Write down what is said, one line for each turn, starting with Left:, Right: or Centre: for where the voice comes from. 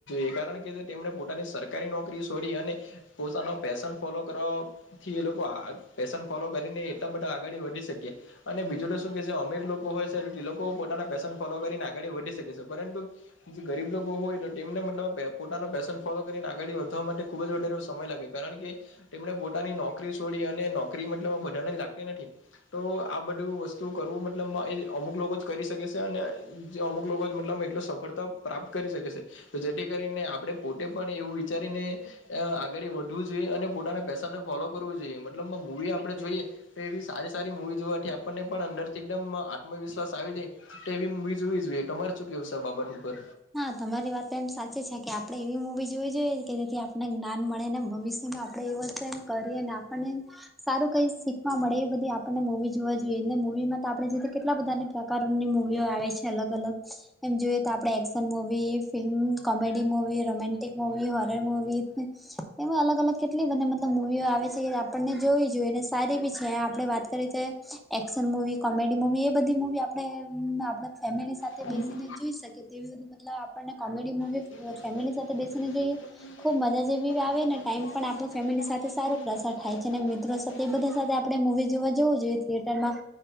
Left: એ કારણ કે પોતાની સરકારી નોકરી છોડી અને પોતાનો પેશન ફોલો કરો થી એ લોકો આ પેશન ફોલો કરીને એટલા બધા આગડી વધી શકયા. અને બીજું તો શું કે જે અમીર લોકો હોય છે તે લોકો પોતાના પેશન ફોલો કરીને આગળ વધી શકે છે પરંતુ જે ગરીબ લો કો હોય તો તેમને મતલબ પોતાનો પેશન ફોલો કરીને આગળી વધવા માટે ખુબ જ વધારે સમય લાગે કારણ કે તેમણે પોતાની નોકરી છોડી અને નોકરી મતલબ બધાને લાગતી નથી તો આ બધું વસ્તુ તો કરવું મતલબમાં એ અમુક લોકો જ કરી શકે છે અને જે અમુક લોકો જ મતલબ એટલ સફળતા પ્રાપ્ત કરી શકે છે તો જેથી કરીને આપણે પોતે પણ એવું વિચારીને આગળ વધવું જોઈએ અને પોતાના પેશનને ફોલો કરવું જોઈએ મતલબ મૂવી આપણે જોઈએ તો એવી સારી સારી મુવી જોવાથી આપણને પણ અંદર થી એકદમ આત્મ વિશ્વાસ આવી જાય તો એ મુવી જોઈએ તમારે શું કેવું છે બાબત ઉપર
Centre: હા તમારી વાત તો એમ સાચી છે કે આપણે એવી મુવી જોવી જોઈએ કે જેથી આપને જ્ઞાન મળે ને ભવિષ્ય એમાં આપણેે એ વાત કરીએને આપણને સારું કઈ શીખવા મળે એ બધી આપણને મૂવી જોવા જોઈએ ને મુવી માં તો આપણે જો કેટલા બધાને પ્રકારની મુવીઓ આવે છે અલગ અલગ એમ જોઈએ તો આપણે એ movie film comedy movie romantic movie horror movie એમાં અલગ અલગ કેટલી બધી મતલબ મુવીઓ આવે છે આપણને જોવી જોઈએ અને સારી બી છે આપણે વાત કરીએ તો એક્શન મુવી કોમેડી મુવી એ બધી મુવી આપણે આપણી ફેમિલી સાથે
Left: તમે
Centre: બેસીને જોઈ શકે તેવી બધી મતલબ આપને કોમેડી મુવી
Left: મગજ આવે
Centre: ફેમિલી સાથે બેસીને જોઈએ. ખુબ મજા જેવી આવે ને ટાઈમ પણ આપણો
Left: ને આપણું
Centre: ફેમિલી સાથે સારો પ્રસાર
Left: તણાવ
Centre: થાય
Left: પણ
Centre: છે ને મિત્રો સાથે તે બધા
Left: દૂર
Centre: સાથે આપણે મુવી જોવા જોવું જોઈએ થિયેટરમાં